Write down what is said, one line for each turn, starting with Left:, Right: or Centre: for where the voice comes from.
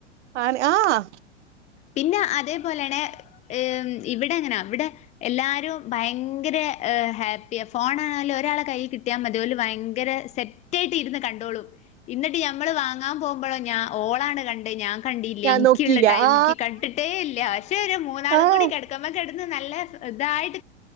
Right: ആഹ്
Left: പിന്നെ അതേപോലേണ് ഏ ഇവിടങ്ങനാ ഇവിടെ എല്ലാരുംഭയങ്കര ഹാപ്പി ഫോണായാലും ഒരാളെകൈയിൽ കിട്ടിയാമതി ഓല് ഭയങ്കര സെറ്റായിട്ടിരുന്നുകണ്ടോളും എന്നിട്ടുഞമ്മളുവാങ്ങാൻ പോകുമ്പോളോ ഞാൻ ഓളാണ്കണ്ടേ ഞാൻ കണ്ടില്ല
Right: ഞാൻ
Left: എനിക്കുള്ള
Right: നോക്കിയില്ല
Left: ടൈമ്
Right: ആ
Left: കണ്ടിട്ടേയില്ലപക്ഷേ ഒരു മൂന്നാളും
Right: ആ
Left: കൂടി കിടക്കുമ്പംകിടന്നുനല്ലതായിട്ട്